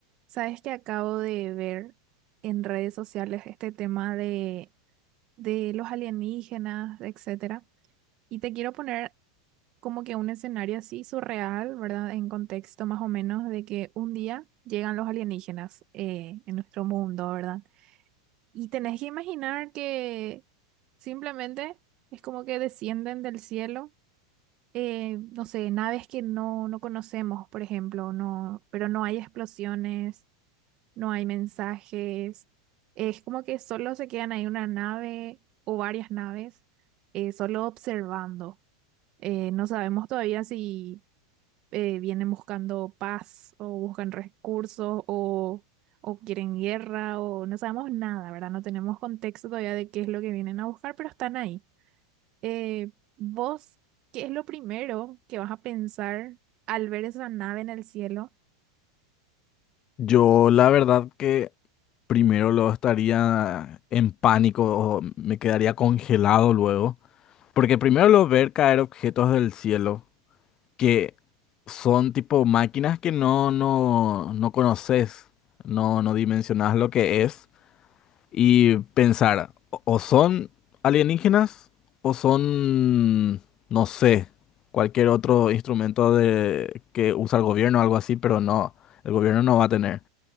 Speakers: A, on the right (about 45°); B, on the left (about 35°).
A: Sabes que acabo de ver en redes sociales este tema de, de los alienígenas, etcétera. Y te quiero poner como que un escenario así surreal, ¿verdad? En contexto más o menos de que un día llegan los alienígenas eh, en nuestro mundo, ¿verdad? Y tenés que imaginar que simplemente es como que descienden del cielo, eh, no sé, naves que no, no conocemos, por ejemplo, no, pero no hay explosiones no hay mensajes, es como que solo se quedan ahí una nave o varias naves, eh, solo observando. Eh, no sabemos todavía si eh, vienen buscando paz o buscan recursos o, o quieren guerra o no sabemos nada, ¿verdad? No tenemos contexto todavía de qué es lo que vienen a buscar, pero están ahí. Eh, ¿vos qué es lo primero que vas a pensar al ver esa nave en el cielo?
B: Yo la verdad que primero lo estaría en pánico o me quedaría congelado luego, porque primero lo ver caer objetos del cielo que son tipo máquinas que no no no conoces, no no dimensionas lo que es y pensar o o son alienígenas o son no sé, cualquier otro instrumento de que usa el gobierno o algo así, pero no, el gobierno no va a tener.